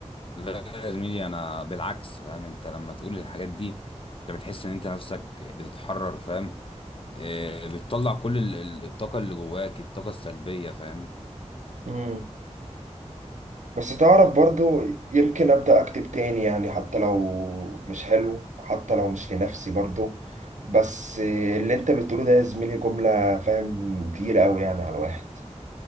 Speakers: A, on the left (about 50°); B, on the right (about 85°).
A: لا يا زميلي انا بالعكس فاهم انت لما تقول الحاجات دي انت بتحس ان انت نفسك بتتحرر فاهم آه، بتطلع كل ال- ال- الطاقة اللي جواك الطاقة السلبية فاهم
B: امم بس تعرف برضو يمكن أبدأ أكتب تاني يعني حتى لو مش حلو حتى لو مش لنفسي برضو بس اللي انت بتقوله ده يا زميلي جملة فاهم تقيلة أوي يعني على الواحد